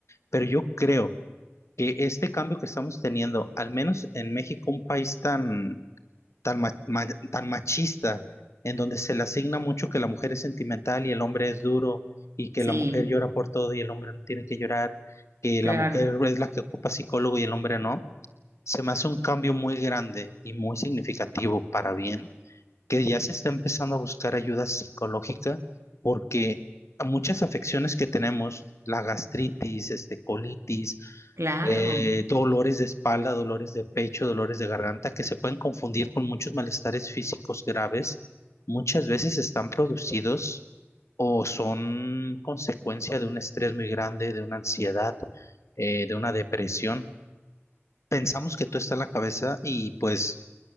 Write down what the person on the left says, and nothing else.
pero yo creo que este cambio que estamos teniendo, al menos en México, un país tan tan, ma- ma- tan machista, en donde se le asigna mucho que la mujer es sentimental y el hombre es duro, y que
la mujer llora por todo y el hombre no tiene que llorar, que
la mujer es la que ocupa psicólogo y el hombre no, se me hace un cambio muy grande y muy significativo para bien, que ya se está empezando a buscar ayuda psicológica, porque a muchas afecciones que tenemos, la gastritis, este, colitis,
eh, dolores de espalda, dolores de pecho, dolores de garganta, que se pueden confundir con muchos malestares físicos graves, muchas veces están producidos o son consecuencia de un estrés muy grande, de una ansiedad, eh, de una depresión. Pensamos que todo está en la cabeza y pues